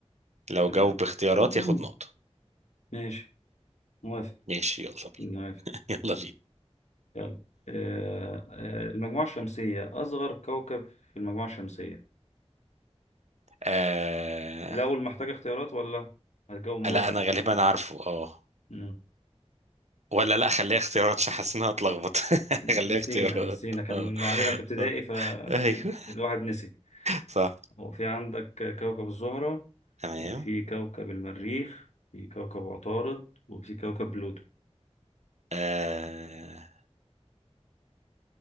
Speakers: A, on the right (about 80°); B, on the left (about 85°).
A: لو
B: تمام
A: جاوب باختيارات
B: <clears throat>
A: ياخد نقطة
B: ماشي موافق
A: ماشي يلا بينا
B: موافق
A: <laughs> يلا بينا
B: يلا آه، آه، المجموعة الشمسية أصغر كوكب في المجموعة الشمسية
A: آه...
B: الأول محتاج اختيارات ولا هتجاوب مباشر؟
A: لا انا غالبا عارفه اه
B: مم.
A: ولا لا خليها اختيارات عشان حاسس انها هتلخبط <laughs> خليها
B: نسينا
A: اختيارات
B: نسينا كان
A: اه
B: علينا في ابتدائي
A: آه.
B: فأكيد
A: ايوه
B: الواحد نسي
A: صح
B: هو في عندك كوكب الزهرة
A: تمام
B: وفي كوكب المريخ في كوكب عطارد وفي كوكب بلوتو
A: آه...